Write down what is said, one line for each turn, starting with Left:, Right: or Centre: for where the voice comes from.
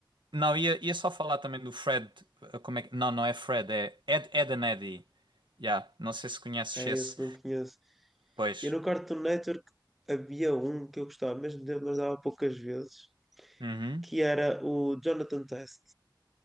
Right: não, ia, ia só falar também do Fred, uh, como é que, não, não é Fred, é Ed, Ed and Eddy. Yeah, não sei se conheces
Centre: É,
Right: esse,
Centre: esse não conheço.
Right: pois.
Centre: Eu no Cartoon Network havia um que eu gostava, mesmo de- mas dava poucas vezes,
Right: Uhum.
Centre: que era o Jonathan Test.